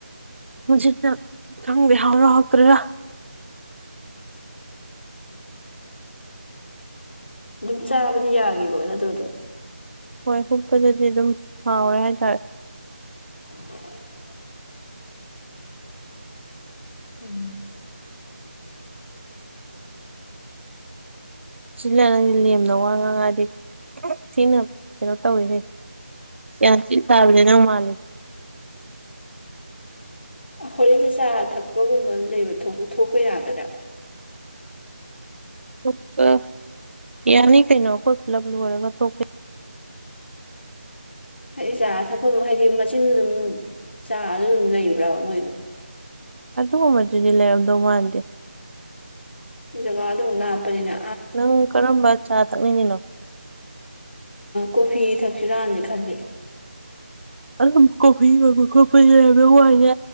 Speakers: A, on the right; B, on the left.
A: ꯄꯨꯟꯁꯤꯠꯇ ꯈꯪꯗꯦ ꯍꯥꯎꯔꯤꯔ ꯍꯧꯛꯇ꯭ꯔꯤꯔꯥ
B: ꯑꯗꯨꯝ ꯆꯥꯕꯗꯤ ꯌꯥꯒꯤꯕ ꯅꯠꯇ꯭ꯔꯣ ꯑꯗꯨꯝ
A: ꯍꯣꯏ ꯍꯨꯞꯄꯗꯗꯤ ꯑꯗꯨꯝ ꯍꯥꯎꯔꯦ ꯍꯥꯏꯇꯥꯔꯦ
B: <inaudible> ꯎꯝ
A: ꯆꯤꯂꯥ ꯅꯪꯗꯤ ꯂꯦꯝꯅ ꯋꯥ ꯉꯥꯉꯛꯑꯗꯤ ꯊꯤꯅ ꯀꯩꯅꯣ ꯇꯧꯏ ꯍꯦ ꯒꯌꯥꯟ ꯊꯤ ꯇꯥꯕꯅꯦ ꯅꯪ ꯃꯥꯜꯂꯤꯁꯦ <inaudible>
B: ꯍꯣꯔꯦꯟꯁꯦ ꯆꯥ ꯊꯛꯄꯒꯨꯝꯕ ꯂꯩꯕ ꯊꯄ ꯊꯣꯛꯄ ꯌꯥꯒꯗ꯭ꯔꯥ
A: ꯊꫭꯛꯄꯥ ꯌꯥꯅꯤ ꯀꯩꯅꯣ ꯑꯩꯈꯣꯏ ꯄꯨꯂꯞ ꯂꯣꯏꯔꯒ ꯊꯣꯛꯀꯦ
B: ꯍꯥꯏꯗꯤ ꯆꯥ ꯊꯛꯐꯝ ꯍꯥꯏꯗꯤ ꯃꯆꯤꯟꯗꯨ ꯑꯗꯨꯝ ꯆꯥ ꯑꯗꫭ ꯑꯗꯨꯝ ꯂꯩꯕ꯭ꯔꯕ ꯃꯣꯏꯗꯣ
A: ꯑꯗꯨꯒꯨꯝꯕꯗꯨꯗꯤ ꯂꯩꯔꯝꯗꯧ ꯃꯥꯟꯗꯦ
B: ꯖꯒꯥꯗꫭ ꯑꯃꯨꯛ ꯂꯞꯄꯅꯤꯅ
A: ꯅꯪ ꯀꯔꯝꯕ ꯆꯥ ꯊꯛꯅꯤꯡꯉꯤꯅꯣ
B: ꯀꯣꯐꯤ ꯊꯛꯁꯤꯔꯅꯗꯤ ꯈꯟꯂꯤ
A: ꯑꯗꯨꯝ ꯀꯣꯐꯤ ꯌꫭꯟꯕ ꯈꯣꯠꯄ ꯂꯩꯔꯝꯗꯧ ꯃꯥꯟꯗꯦ